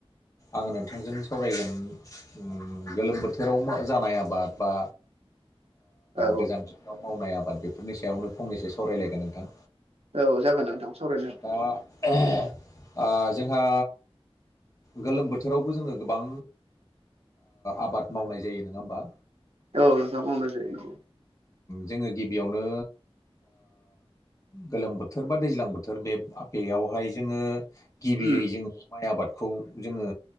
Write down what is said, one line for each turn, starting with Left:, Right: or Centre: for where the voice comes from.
Left: आङो नोंथांजों सावरायगोन गोलोम बोथोराव जानाय आबाद बा
Right: औ
Left: गोजान बिथिङाव मावनाय आबाद बेफोरनि सायावनो फंनैसो सावरायलायगोन नोंथां
Right: औ जागोन नंथां सावरायनो
Left: दा जोंहा गोलोम बोथोरावबो जोङो गोबां आबाद मावनाय जायो नङा होमबा
Right: औ नोंथां मावनाय
Left: जेरैहाय
Right: जायो नंगौ
Left: जोङो गिबियावनो गोलोम बोथोर बा दैज्लां बोथोर बे बेयावहाय जोङो गिबियै
Right: उम
Left: जोङो माइ आबादखौ जोङो